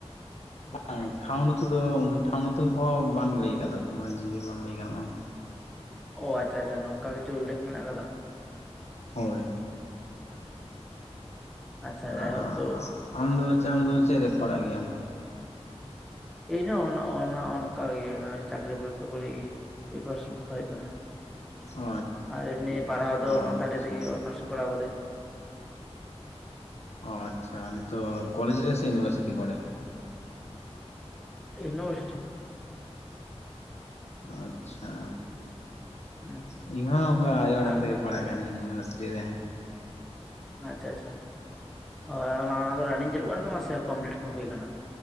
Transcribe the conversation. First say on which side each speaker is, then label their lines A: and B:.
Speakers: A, on the left; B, in the centre.
A: ᱵᱟᱝ ᱴᱷᱟᱶ ᱱᱩᱛᱩ ᱫᱚ ᱴᱷᱟᱶ ᱱᱩᱛᱩᱢ ᱠᱚᱦᱚᱸ ᱵᱟᱝ ᱞᱟᱹᱭ ᱠᱟᱫᱟ ᱠᱚ ᱡᱮ ᱵᱟᱝ ᱞᱟᱹᱭ ᱜᱟᱱᱚᱜᱼᱟ ᱾
B: ᱚ ᱟᱪᱪᱷᱟ ᱟᱪᱷᱟ ᱱᱚᱝᱠᱟ ᱠᱤᱪᱷᱩ ᱩᱞᱮᱠᱷ ᱢᱮᱱᱟᱜ ᱟᱠᱟᱫᱟ?
A: ᱦᱳᱭ,
B: ᱟᱪᱪᱷᱟ
A: ᱟᱸᱻ
B: ᱡᱟᱭᱦᱳᱠ ᱛᱚ
A: ᱟᱢ ᱫᱚ ᱟᱢ ᱫᱚ ᱪᱮᱫ ᱨᱮ ᱯᱟᱲᱟᱜ ᱜᱮᱭᱟᱢ?
B: ᱤᱧ ᱦᱚᱸ ᱚᱱ ᱚᱱ ᱚᱱᱠᱟ ᱜᱮ ᱚᱱᱟ ᱪᱟᱹᱠᱨᱤ ᱯᱚᱨᱤᱠᱠᱷᱟ ᱠᱚᱨᱮ ᱜᱮ ᱯᱤᱯᱟᱨᱮᱥᱮᱱ ᱠᱟᱛᱷᱟ ᱦᱩᱭᱩᱜ ᱠᱟᱱᱟ᱾
A: ᱚ
B: ᱟᱨ ᱮᱢᱱᱤ ᱯᱟᱲᱦᱟᱣ ᱫᱚ
A: ᱟᱪᱪᱷᱟ
B: ᱥᱟᱱᱛᱟᱲᱤ ᱛᱮᱜᱮ ᱚᱱᱟᱨᱥ ᱠᱚᱨᱟᱣ ᱠᱟᱹᱫᱟᱹᱧ ᱾
A: ᱚ ᱟᱪᱪᱷᱟ ᱱᱤᱛᱚᱜ ᱠᱚᱞᱮᱡ ᱨᱮ ᱥᱮ ᱤᱭᱩᱱᱤᱵᱷᱟᱨᱥᱤᱴᱤ ᱠᱚᱨᱮ?
B: ᱤᱭᱩᱱᱤᱵᱚᱨᱥᱤᱴᱤ᱾
A: ᱟᱪᱪᱷᱟ
B: ᱦᱩᱸ
A: ᱤᱧ ᱦᱚᱸ ᱚᱝᱠᱟ ᱟᱭᱳ ᱟᱲᱟᱝ
B: ᱟᱨ
A: ᱛᱮᱼᱼ ᱯᱟᱲᱦᱟᱜ ᱠᱟᱱᱟᱹᱧ ᱤᱭᱩᱱᱤᱵᱷᱟᱨᱥᱤᱴᱤ ᱨᱮ᱾
B: ᱟᱪᱪᱷᱟ ᱟᱪᱪᱷᱟ, ᱚ ᱚᱱᱟ ᱫᱚ ᱨᱟᱱᱤᱝ ᱪᱟᱹᱞᱩᱜ ᱠᱟᱱ ᱛᱟᱢᱟ ᱥᱮ ᱠᱚᱢᱯᱞᱤᱴ ᱦᱩᱭ ᱭᱟ ᱟᱠᱟᱱᱟ?